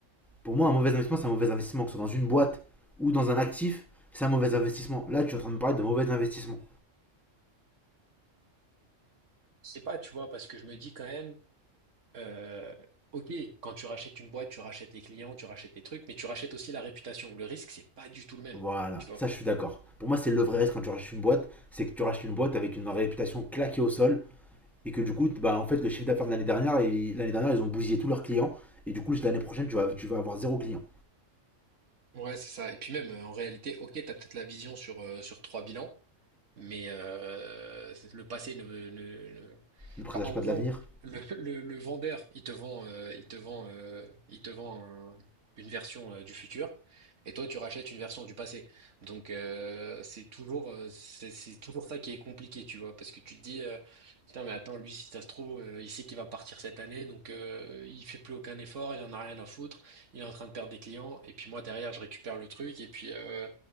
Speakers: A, in the centre; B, on the right.
A: Pour moi, un mauvais investissement, c'est un mauvais investissement, que ce soit dans une boîte ou dans un actif, c'est un mauvais investissement. Là, tu es en train de me parler de mauvais investissement.
B: Je sais pas, tu vois, parce que je me dis quand même, euh, ok, quand tu rachètes une boîte, tu rachètes les clients, tu rachètes les trucs, mais tu rachètes aussi la réputation. Le risque, c'est pas du tout le même,
A: Voilà,
B: tu vois.
A: ça je suis d'accord. Pour moi, c'est le vrai risque quand tu rachètes une boîte, c'est que tu rachètes une boîte avec une réputation claquée au sol et que du coup, bah, en fait, le chiffre d'affaires de l'année dernière, l'année dernière, ils ont bousillé tous leurs clients et du coup, l'année prochaine, tu vas, tu vas avoir zéro client.
B: Ouais, c'est ça. Et puis même, euh, en réalité, ok, t'as peut-être la vision sur, euh, sur trois bilans, Mais euh, c'est- le passé ne, ne, ne-
A: Ne présage
B: Enfin, en
A: pas
B: gros,
A: de l'avenir.
B: le, le, le vendeur, il te vend, euh, il te vend, euh, il te vend un- une version euh, du futur, et toi, tu rachètes une version du passé. Donc, euh, c'est toujours, euh, c'est c'est toujours ça qui est compliqué, tu vois, parce que tu te dis, euh, putain, mais attends, lui, si ça se trouve, euh, il sait qu'il va partir cette année, donc euh, il fait plus aucun effort, il en a rien à foutre, il est en train de perdre des clients, et puis moi derrière, je récupère le truc, et puis. euh,